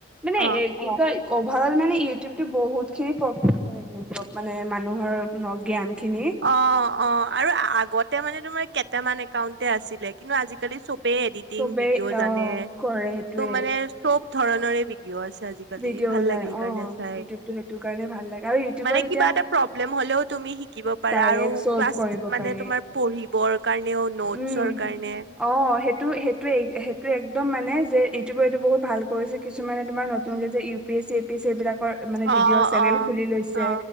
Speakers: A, in the centre; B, on the right.
A: মানে
B: অ'।
A: কি কয় অভাৰল মানে ইউটিউব টো বহুত খিনি, <unintelligible> মানে মানুহৰ জ্ঞান। খিনি
B: অ' অ' আৰু আগত তেতিয়া মানে তোমাৰ কেটামান একাউণ্টে আছিলে, কিন্তু আজিকালি চব বে এডিটিং
A: চবেই
B: ভিডিঅ' জানে,
A: অ কৰে সেইটোৱে
B: ত' মানে চব ধৰণৰে ভিদিঅ আছে আজিকালি,
A: ভিডিঅ'
B: ভাল
A: ওলাই
B: লাগে সেইকাৰণে
A: অ
B: চাই,
A: ইউটিউবটো সেইটো কাৰণে ভাল লাগে আৰু ইউটিউবত
B: মানে
A: এতিয়া
B: কিবা এটা প্ৰব্লেম হ'লেও তুমি ব পাৰা
A: ডাইৰেক্ট
B: আৰু ক্লাছ
A: চল্ভ কৰিব
B: মানে
A: পাৰি
B: তোমাৰ পঢ়িবৰ কাৰণেও, ন'টচৰ
A: উম
B: কাৰণে
A: অ সেইটো সেইটোৱে সেইটো একদম মানে যে ইটোবো এইটো বহুত ভাল কৰিছিল কিছুমানে তোমাৰ কংগ্ৰেছে E P S C A P S এইবিলাক মানে ভিডিঅ
B: অ
A: চেনেল
B: অ
A: খুলি লৈছে
B: অ